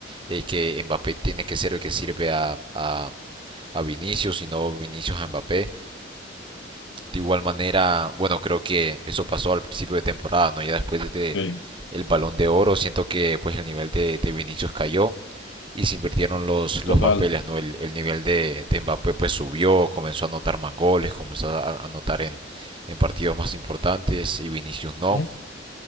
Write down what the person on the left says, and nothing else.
Sí,
total.
¿Eh?